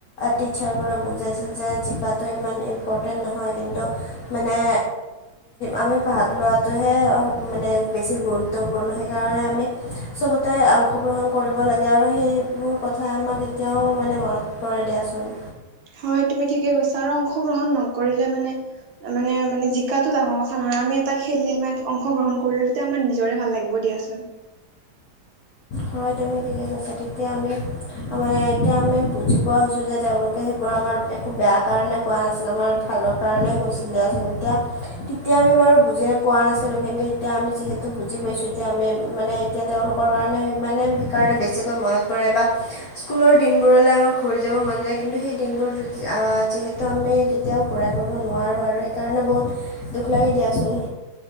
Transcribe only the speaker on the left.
টিচাৰ বোৰে বুজাইছিল যে জিকাটো ইমান ইম্পৰ্টেণ্ট নহয় কিন্তু মানে আমি ভাগ লোৱাটোহে মানে বেছি গুৰুত্ব। গুৰুত্বপূৰ্ণ সেইকাৰণে আমি চবতে অংশগ্ৰহণ কৰিব লাগে আৰু সেইবোৰ কথাই আমাক এতিয়াও মানে মন পৰে দিয়াচোন।
হয় তুমি ঠিকে কৈছা তেতিয়া আমি মানে এতিয়া আমি বুজি পোৱা হৈছোঁ যে তেওঁলোকে সেইবোৰ আমাৰ খুব বেয়া কাৰণে কোৱা নাছিল আমাৰ ভালৰ কাৰণেই কৈছিলে দিয়াচোন এতিয়া তেতিয়া আমি বাৰু বুজি পোৱা নাছিলোঁ কিন্তু এতিয়া আমি যিহেতু বুজি পাইছোঁ এতিয়া আমি মানে এতিয়া তেওঁলোকৰ কাৰণে ইমানে সেইকাৰণে বেছিকৈ মনত পৰে বা স্কুলৰ দিনবোৰলে আমাৰ ঘূৰি যাব মন যায় কিন্তু সেই দিনবোৰ যিহেতু আমি কেতিয়াও ঘূৰাই পাব নোৱাৰোঁ আৰু সেইকাৰণে বহুত দুখ লাগি দিয়াচোন।